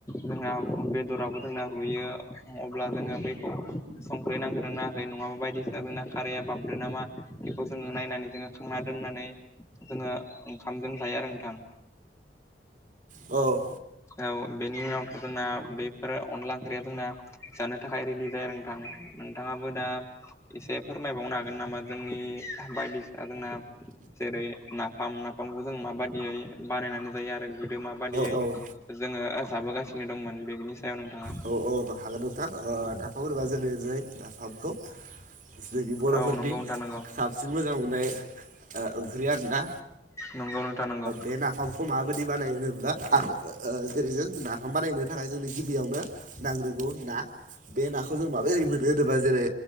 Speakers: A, on the left (about 15°); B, on the right (about 45°).
A: जोंना बेदराबबो जोंना रुयो अब्ला जोङो बैखौ संख्रै नांग्रोनो नाङाखै नङाबा बायदिसिना जोंना खाराया बाबदो नामा बेखौ जोङो नायनानै जोङो खांना दोननानै जोङो ओंखाम दोनजायो आरो नोंथां
B: औ
A: औ बेनि उनावथ' जोंना बेफोर अनला ओंख्रिया जोंना जानो थाखाय रेडि जायो आरो नोंथां नोंथाङाबो दा एसे फोरमायबावनो हागोन नामा जोंनि बायदिसिना जोंना जेरै नाफाम नाफामखौ जों माबायदियै बानायनानै जायो आरो गोदो माबाददियै
B: औ
A: जोङो जाबोगासिनो दंमोन बेनि सायाव नोंथाङा
B: औ औ हागोन नोंथां नाफाम बाजजै नाफामखौ जोंनि बर'फोरनि
A: औ नंगौ नोंथां नंगौ
B: साबसिन मोजां मोननाय ओंख्रिय दा
A: नंगौ नोंथां नंगौ
B: बे नाफामखौ खौ माबायदि बानायो होनोब्ला जेरै जों नाफाम बानायनो थाखाय जोंनि गिबियावनो नांग्रोगौ होन ना बे नाखौ जों माबा जै मोनो होनोबा जेरै